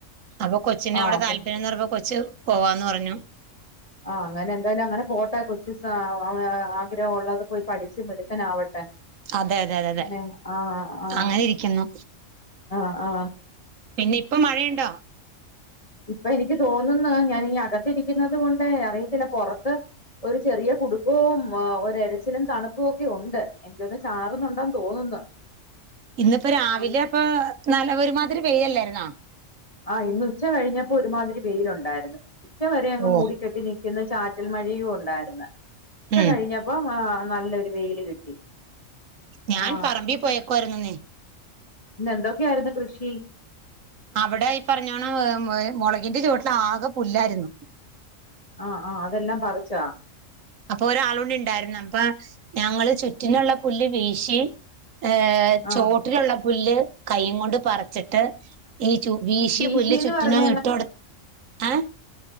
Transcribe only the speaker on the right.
അപ്പൊ കൊച്ചിനെ
അവിടെ താല്പര്യംന്ന്റുമ്പോ
കൊച്ച് പോവാന്ന് പറഞ്ഞു.
അതെ അതെ അതെ
അതെ-തെ
അങ്ങനെ ഇരിക്കുന്നു.
പിന്നെ ഇപ്പൊ മഴയുണ്ടോ?
ഇന്നിപ്പോ രാവിലെ
പ്പൊ നല്ല ഒരുമാതിരി വെയില്ലായിരുന്നോ
ഓ
ഉം
ഞാൻ
പറമ്പിൽ പോയേകായിരുന്നുന്നേ
അവിടെഈ പറഞ്ഞോണം മ്മ് മുളകിന്റെ ചുവട്ടില് ആകെ പുല്ലായിരുന്നു.
അപ്പൊ ഒരാള്ളൂടി ഇണ്ടായിര്ന്നു അപ്പൊ ഞങ്ങള് ചുറ്റിനുള്ള പുല്ല് വീശി ഏഹ
ചോട്ടിലുള്ള പുല്ല് കൈ കൊണ്ട് പറിച്ചിട്ട് ഈ ചു വീശിയ
പുല്ല് ചുറ്റിനും
ഇട്ട് എ <unintelligible>